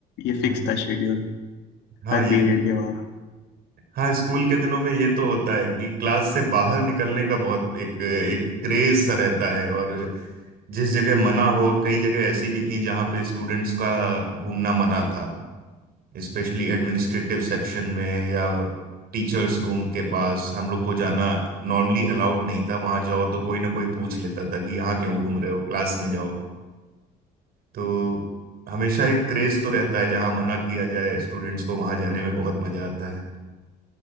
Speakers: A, on the left; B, on the right.
A: ये फिक्स
B: हम्म।
A: था शेड्यूल
B: हाँ
A: हर
B: ये
A: पीरियड के बाद
B: हाँ स्कूल के दिनों में ये तो होता है कि क्लास से बाहर निकलने का बहुत एक एक क्रेज सा रहता है और जिस जगह मना हो कई जगह ऐसी भी थी जहाँ पे स्टूडेंट्स का घूमना मना था स्पेशली एडमिनिस्ट्रेटिव सेक्शन में या टीचर्स रूम के पास हम लोग को जाना नॉर्मली अलाउड नहीं था वहां जाओ तो कोई ना कोई पूछ लेता था कि यहाँ क्यों घूम रहे हो क्लास में जाओ तो हमेशा एक क्रेज तो रहता है जहाँ मना किया जाए स्टूडेंट्स को वहां जाने में बहुत मजा आता है